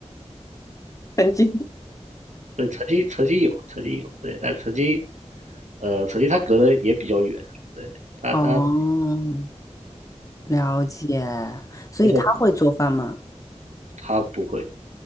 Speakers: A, on the left (about 30°); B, on the right (about 85°).
A: 曾经。
B: 对，曾经曾经有，曾经有，对，但曾经呃曾经他隔得也比较远，对他他，
A: 哦，了解。所以她会做饭吗？
B: 而且他不会